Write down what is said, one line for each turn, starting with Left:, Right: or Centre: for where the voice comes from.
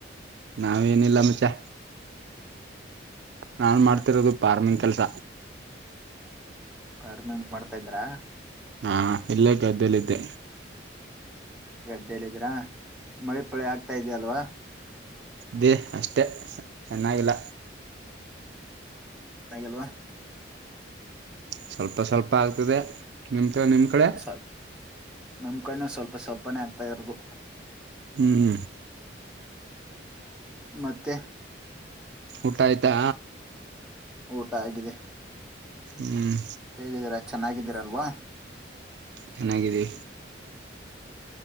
Right: ನಾವೇನಿಲ್ಲ ಮಚ್ಚಾ ನಾನ್ ಮಾಡ್ತಿರೋದು
Centre: ಮತ್
Right: ಫಾರ್ಮಿಂಗ್ ಕೆಲಸ
Centre: ಫಾರ್ಮಿಂಗ್ ಮಾಡ್ತಾ ಇದ್ರಾ
Right: ಹಾ ಇಲ್ಲೇ ಗದ್ದಲ್ಲಿದ್ದೆ
Centre: ಗದ್ದಲ್ಲಿದ್ದೀರಾ ಮಳೆ ಪಳೆ ಆಗ್ತಾ ಇದೆ ಅಲ್ವಾ
Right: ದೇ ಅಷ್ಟೆ ಚೆನ್ನಾಗಿಲ್ಲ
Centre: ಚಾಗಲ್ವಾ <inaudible>
Right: ಸ್ವಲ್ಪ ಸ್ವಲ್ಪ ಆಗ್ತದೆ ನಿಮತ್ ನಿಮ್ ಕಡೆ
Centre: ಸಾಲ ನಮ್ ಕಣೂ ಸ್ವಲ್ಪ ಸ್ವಲ್ಪನೆೇ ಆಗ್ತಾ ಇರದು
Right: ಹ್ಮ್್ಮ
Centre: ಮತ್ತೆ
Right: ಊಟ ಆಯ್ತಾ
Centre: ಊಟ ಆಗಿದೆ
Right: ಹ್ಮ್
Centre: ಹೇಗಿದ್ದೀರಾ ಚೆನ್ನಾಗಿದ್ದೀರಲ್ವಾ
Right: ಚೆನ್ನಾಗಿದ್ದೀ